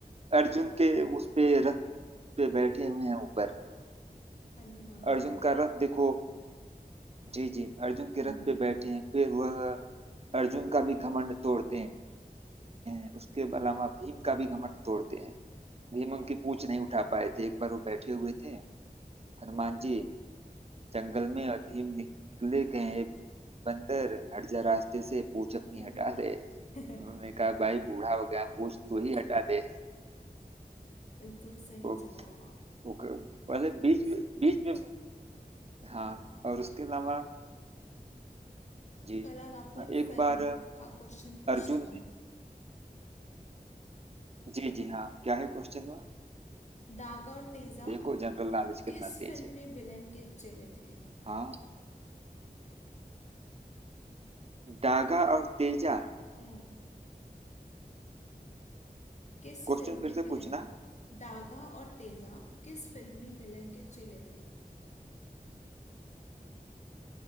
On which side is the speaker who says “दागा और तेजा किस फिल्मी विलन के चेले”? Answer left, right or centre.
Left